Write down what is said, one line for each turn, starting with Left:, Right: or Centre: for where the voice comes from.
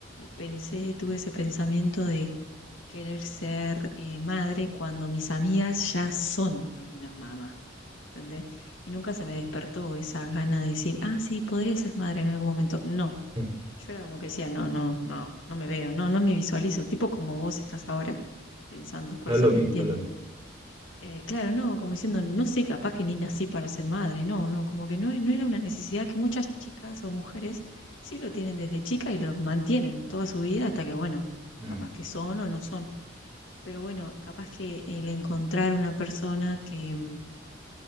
Left: pensé, tuve ese pensamiento de querer ser eh, madre cuando mis amigas ya son algunas mamás, ¿entendés? Y nunca se me despertó esa gana de decir, ah, sí, podría ser madre en algún momento. No,
Right: mm, mm.
Left: yo era como que decía, no, no, no, no me veo, no, no me visualizo, tipo como vos estás ahora pensando, por
Right: No
Left: eso
Right: es lo
Left: te
Right: mío,
Left: entiendo.
Right: no es lo mío.
Left: Eh, claro, no, como diciendo, no sé, capaz que ni nací para ser madre, no, no, como que no, no era una necesidad que muchas chicas o mujeres sí lo tienen desde chica y lo mantienen toda su vida hasta que, bueno,
Right: Mm.
Left: capaz que son o no son. Pero bueno, capaz que el encontrar una persona que mm,